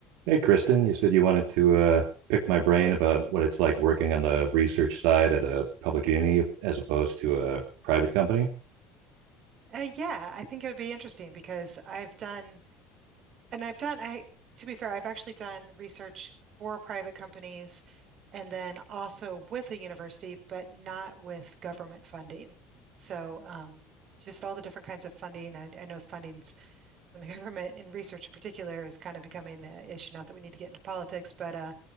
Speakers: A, on the right (about 75°); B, on the right (about 50°).
A: Hey, Kristen, you said you wanted to uh, pick my brain about what it's like working on the research side at a public uni as opposed to a private company.
B: Uh, yeah, I think it would be interesting because I've done, and I've done, I, to be fair, I've actually done research for private companies and then also with a university, but not with government funding. So, um, just all the different kinds of funding. I, I know funding's from the <laughs> government in research in particular is kind of becoming the issue. Not that we need to get into politics, but, uh,